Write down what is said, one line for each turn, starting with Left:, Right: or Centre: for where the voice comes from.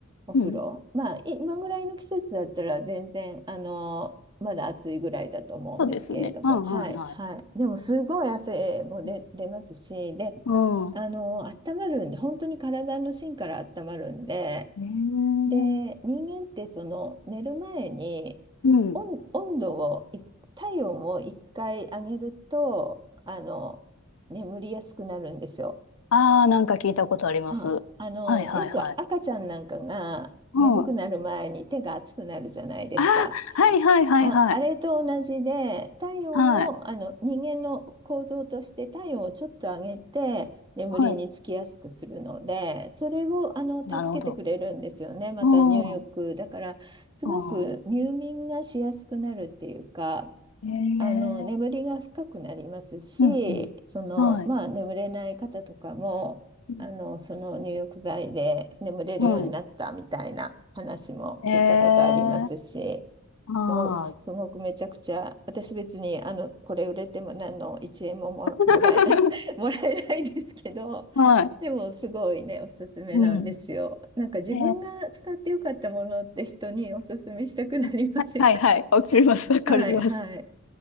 Right: お風呂。
Left: うん。
Right: まあ、い今ぐらいの季節だったら全然、あの、まだ暑いぐらいだと思うんですけれども、
Left: そうですね。あ、はいはい。
Right: はい、はい。でもすごい汗も出、
Left: うん。
Right: 出ますし、で、
Left: うん
Right: あの、温まるんで、本当に体の芯から温まるんで、
Left: ええ
Right: で、人間ってその寝る前に
Left: うん。
Right: 温、温度をい、体温を一回上げると、あの、眠りやすくなるんですよ。
Left: ああー、なんか聞いたことあります。
Right: あ、あの、
Left: はいはいはい。
Right: よく赤ちゃんなんかが眠くなる前に手が熱くなるじゃないですか。
Left: うん。ああ、はいはいはいはい。
Right: あ、あれと同じで、体温を、
Left: はい。
Right: あの、人間の構造として体温をちょっと上げて、眠りにつきやすくするので、
Left: はい。
Right: それを、あの、
Left: なるほど。
Right: 助けてくれるんですよね。また入浴。
Left: うん。
Right: だから、すごく入眠がしやすくなるっていうか、
Left: うん。ええ
Right: あの眠りが深くなりますし、
Left: うん、うん。
Right: そのまあ、
Left: はい。
Right: 眠れない方とかもあのその入浴剤で眠れるようになったみたいな話も聞いたことありますし、
Left: うんはい。ええああ。
Right: すご、すごくめちゃくちゃ、私別にあのこれ売れても何の1円もも、
Left: <laughs>
Right: もらえ、<laughs> もらえないですけど、
Left: はい。
Right: でもすごいね、おすすめなんですよ。
Left: うん。
Right: なんか自分が使ってよかったものって人におすすめしたくなりませんか
Left: ええ <laughs> はいはい。わかります。
Right: <laughs>
Left: わかります。
Right: はいはい。